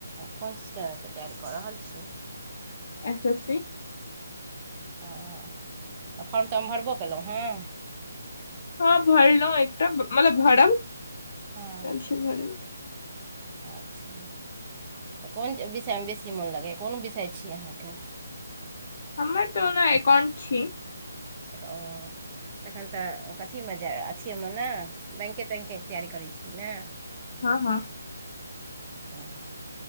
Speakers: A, on the right; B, on the left.
A: कोन चीज के तैयारी कऽ रहल छी
B: एस एस सी
A: ओ तऽ फॉर्म तऽ हम भरबो केलहुँ हँ
B: भरलों एकटा मतलब भरब
A: हँ
B: भर <unintelligible>
A: अच्छा तऽ कोन विषय मे बेसी मोन लगैए कोन विषय छी अहाँ के
B: हमर तऽ औना एकाउंट छी
A: एक <unintelligible> तखन तऽ कथी मे जाय अथिए मे ने बैंके तैंके तैयारी करै छी ने
B: हँ हँ
A: हँ